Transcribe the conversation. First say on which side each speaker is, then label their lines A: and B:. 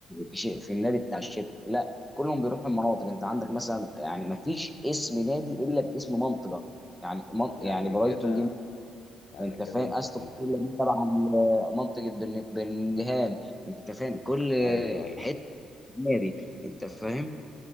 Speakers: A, in the centre; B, on the left.
A: في, شيء في النادي بتاع الشركه لا كلهم بيروحوا المناطق انت عندك مثلا يعني ما فيش اسم نادي الا باسم منطقه يعني من
B: يعني
A: يعني برايتون
B: كده
A: دي
B: يعني
A: انت
B: كده
A: فاهم
B: أنت
A: استون
B: أنت
A: فيلا
B: ت-
A: دي تبع ال- منطقه برن- برمنجهام انت فاهم كل
B: أيوه أيوه
A: حته نادي انت فاهم